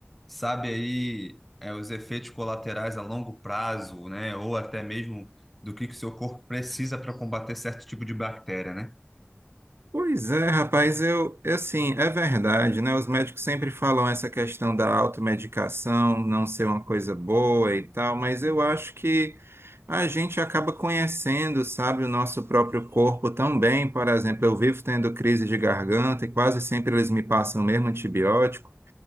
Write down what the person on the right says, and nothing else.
Pois é, rapaz, eu, eu, assim, é verdade, né? Os médicos sempre falam essa questão da automedicação não ser uma coisa boa e tal, mas eu acho que a gente acaba conhecendo, sabe, o nosso próprio corpo tão bem. Por exemplo, eu vivo tendo crise de garganta e quase sempre eles me passam mesmo antibiótico.